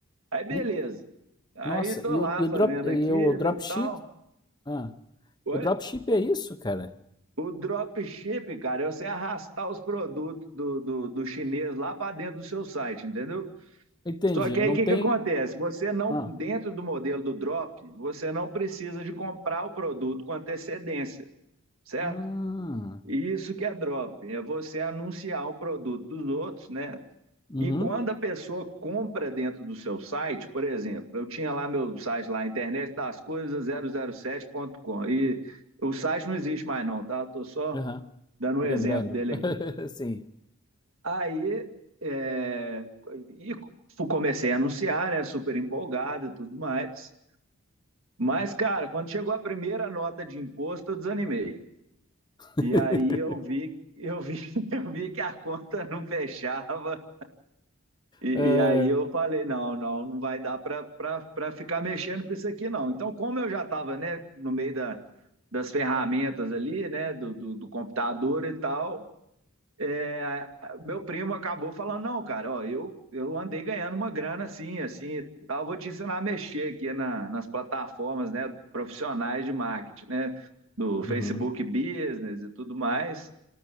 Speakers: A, on the right; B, on the left.
A: Aí beleza.
B: E-
A: Aí
B: nossa,
A: tô
B: e
A: lá
B: o, e o
A: fazendo
B: drop, e
A: aquilo
B: o dropship?
A: e tal.
B: Ah,
A: Oi?
B: o dropship é isso, cara?
A: O dropship, cara, é você arrastar os produtos do, do, do chinês lá para dentro do seu site, entendeu?
B: Entendi,
A: Só que
B: não
A: aí o que,
B: tem...
A: que acontece? Você não,
B: Ah,
A: dentro do modelo do drop, você não precisa de comprar o produto com antecedência, certo?
B: ah.
A: E Isso que é drop, é você anunciar um produto dos outros, né?
B: Uhum,
A: E quando a pessoa compra dentro do seu site, por exemplo, eu tinha lá meu site lá, internet das coisas zero zero sete ponto com e o site não existe mais não, tá? Estou só
B: aham.
A: dando um
B: Lembrando.
A: exemplo dele aqui.
B: <laughs> Sim.
A: Aí é, e fu- comecei a anunciar, né? Super empolgado e tudo mais. Mas, cara, quando chegou a primeira nota de imposto, eu desanimei.
B: <laughs>
A: E aí eu vi, eu vi, <laughs> eu vi que a conta não fechava. E,
B: É.
A: e aí eu falei, não, não, não vai dar para para ficar mexendo com isso aqui, não. Então, como eu já estava, né, no meio da, das ferramentas ali, né, do, do do computador e tal, é, meu primo acabou falando, não, cara, ó, eu, eu andei ganhando uma grana assim, assim, e tal, vou te ensinar a mexer aqui na, nas plataformas, né, profissionais de marketing, né, do Facebook
B: Uhum.
A: Business e tudo mais,